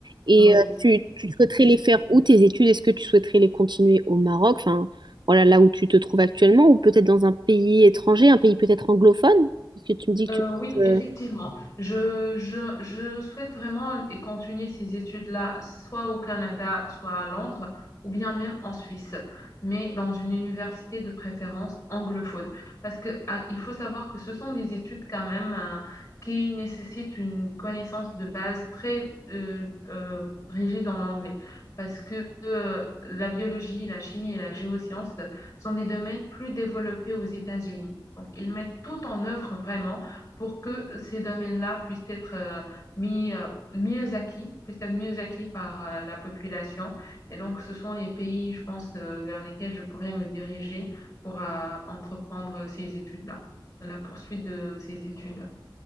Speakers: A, on the right; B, on the left.
A: Et
B: Oui.
A: euh, tu, tu souhaiterais les faire où tes études? Est-ce que tu souhaiterais les continuer au Maroc, enfin voilà là où tu te trouves actuellement, ou peut-être dans un pays étranger, un pays peut-être anglophone? Parce que tu me dis
B: Euh,
A: que tu te-
B: oui,
A: euh,
B: effectivement. Je, je, je souhaite vraiment et continuer ces études-là, soit au Canada, soit à Londres, ou bien même en Suisse, mais dans une université de préférence anglophone. Parce que, ah, il faut savoir que ce sont des études quand même, euh, qui nécessitent une connaissance de base très euh, euh, rigide en anglais. Parce que euh, la biologie, la chimie et la géoscience sont des domaines plus développés aux États-Unis. Donc, ils mettent tout en œuvre vraiment pour que ces domaines-là puissent être euh, mis, euh, mieux acquis, puissent être mieux acquis par euh, la population. Et donc, ce sont les pays, je pense, euh, vers lesquels je pourrais me diriger pour euh, entreprendre ces études-là, la poursuite de ces études.